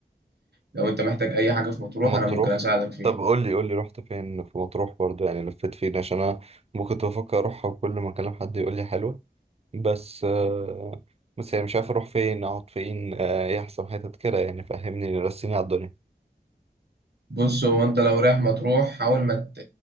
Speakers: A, on the right; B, on the right.
A: لو انت محتاج اي حاجه في مطروح
B: مطروح
A: انا ممكن اساعدك فيها
B: طب قول لي قول لي رحت فين في مطروح برضه يعني لفيت فين عشان انا ممكن كنت بفكر اروحها وكل ما اكلم حد يقول لي حلوة بس آه، بس يعني مش عارف اروح فين اقعد فين آه، ايه احسن حتت كده يعني فهمني رسيني على الدنيا
A: بص هو انت لو رايح مطروح حاول ما ت...